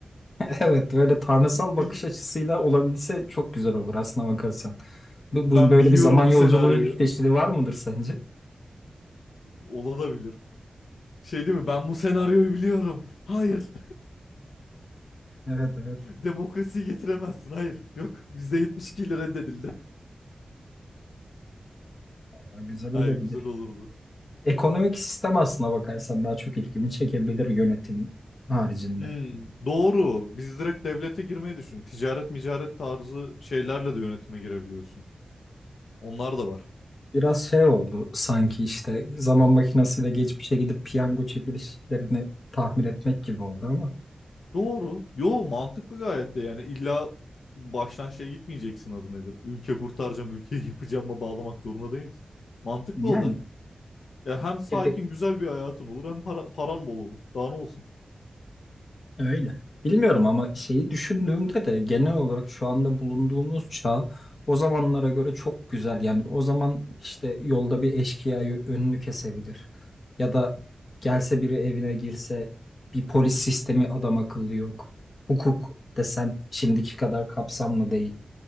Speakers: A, on the left; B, on the left.
A: Evet, böyle tanrısal
B: <laughs>
A: bakış
B: Bili-
A: açısıyla olabilse çok güzel olur aslına bakarsan.
B: ben
A: Bu, bu böyle
B: biliyorum
A: bir zaman yolculuğu
B: bu senaryoyu.
A: çeşidi var mıdır sence?
B: Olabilir. Şey değil mi? Ben bu senaryoyu biliyorum. Hayır.
A: Evet evet
B: <laughs> Demokrasiyi getiremezsin. Hayır. Yok. %72 ile reddedildi.
A: Vallahi
B: <laughs>
A: güzel
B: Ay
A: olabilir.
B: güzel olurdu.
A: Ekonomik sistem aslına bakarsan daha çok ilgimi çekebilir yönetim haricinde.
B: Hmm, doğru. Biz direkt devlete girmeyi düşündük. Ticaret, micaret tarzı şeylerle de yönetime girebiliyorsun. Onlar da var.
A: Biraz şey oldu sanki işte zaman makinesiyle geçmişe gidip piyango çekilişlerini tahmin etmek gibi oldu ama
B: Doğru. Yo mantıklı gayet de yani illa baştan şey gitmeyeceksin adı nedir? Ülke kurtaracağım, ülkeyi <laughs> yapacağıma bağlamak zorunda değiliz. Mantıklı
A: yani
B: o da. Ya hem sakin
A: ya
B: güzel bir hayatın olur hem para, paran bol olur. Daha ne olsun?
A: öyle. Bilmiyorum ama şeyi düşündüğümde de genel olarak şu anda bulunduğumuz çağ o zamanlara göre çok güzel. Yani o zaman işte yolda bir eşkıya yö- önünü kesebilir. Ya da gelse biri evine girse bir polis sistemi adam akıllı yok. Hukuk desen şimdiki kadar kapsamlı değil.